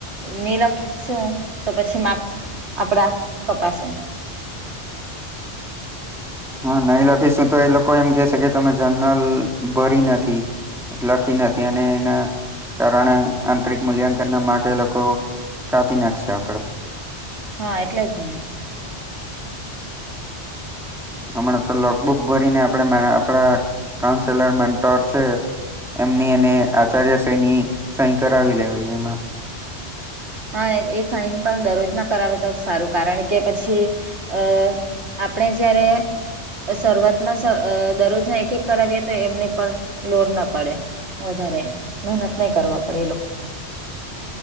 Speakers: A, on the right; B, in the centre.
A: ની લખી શું તો પછી મા આપડા કપશે
B: હા નહી લખીશું તો એ લોકો એમ કેસે કે તમે જનરલ ભરી નથી લખી નથી અને એના કારણે આંતરિક મૂલ્યાંકન ના માગ લોકો કાપી નાખશે આપણે
A: હા એટલે ને
B: હમણાં તો લોકબુક ભરીને આપ આપડા કાઉન્સેલર મેન્ટોર છે એમની એને આચાર્યશ્રીની સહી કરાવી લેવી એમાં
A: હા ને એ સાઇન પણ દરરોજ ના કરાવે તો જ સારું કારણ કે પછી અ આપણે જ્યારે શરૂઆતમાં દરરોજના એક એક કરાવીએ તો એમની પર લોડ ના પડે વધારે મહેનત નહી કરવા પડે એ લોકો